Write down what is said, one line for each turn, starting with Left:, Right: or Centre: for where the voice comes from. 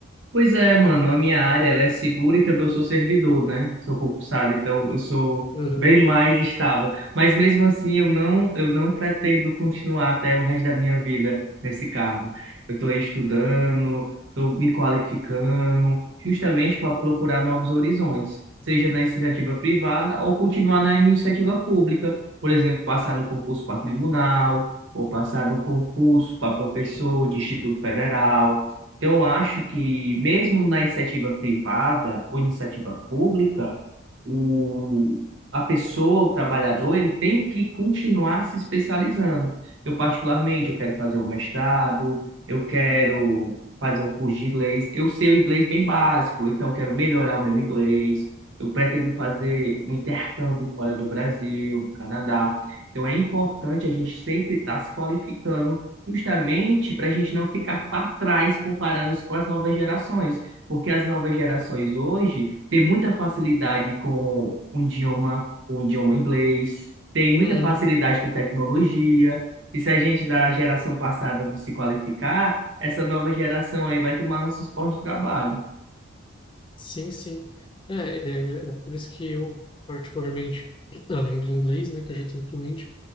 Right: Pois é, mano, a minha área ela é segura e também eu sou servidor, né? Sou concursado, então eu sou
Left: Uhum,
Right: bem mais estável. Mas mesmo assim, eu não, eu não pretendo continuar até o resto da minha vida nesse cargo. Eu estou estudando, estou me qualificando, justamente para procurar novos horizontes, seja na iniciativa privada ou continuar na iniciativa pública. Por exemplo, passar no concurso para tribunal, ou passar no concurso para professor de Instituto Federal então, eu acho que mesmo na iniciativa privada ou iniciativa pública, o, a pessoa, o trabalhador, ele tem que continuar se especializando. Eu, particularmente, eu quero fazer um mestrado, eu quero fazer um curso de inglês. Eu sei o inglês bem básico, então eu quero melhorar o meu inglês. Eu pretendo fazer um intercâmbio fora do Brasil, do Canadá. Então, é importante a gente sempre estar se qualificando justamente para a gente não ficar para trás comparando-se com as novas gerações, porque as novas gerações hoje têm muita facilidade com o idioma, o idioma inglês, têm muita
Left: uhum.
Right: facilidade com tecnologia, e se a gente da geração passada não se qualificar, essa nova geração aí vai tomar nosso esporte de trabalho.
Left: Sim, sim. É, é, é por isso que eu, particularmente, <clears throat> além do inglês, né, que eu já tenho fluente,